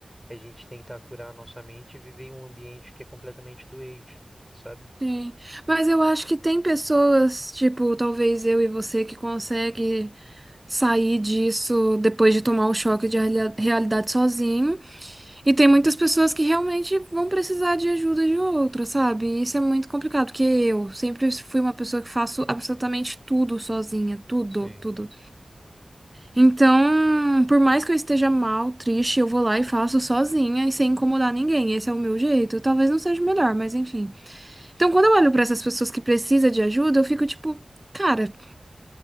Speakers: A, in the centre; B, on the right.
A: a gente tentar curar a nossa mente e viver em um ambiente que é completamente doente, sabe?
B: Sim. Mas eu acho que tem pessoas, tipo, talvez eu e você, que consegue sair disso depois de tomar o choque de reali- realidade sozinho. E tem muitas pessoas que realmente vão precisar de ajuda de outra, sabe? E isso é muito complicado, porque eu sempre fui uma pessoa que faço absolutamente tudo sozinha, tudo,
A: Sim.
B: tudo. Então, por mais que eu esteja mal, triste, eu vou lá e faço sozinha e sem incomodar ninguém. Esse é o meu jeito. Talvez não seja o melhor, mas enfim. Então, quando eu olho pra essas pessoas que precisam de ajuda, eu fico tipo, cara,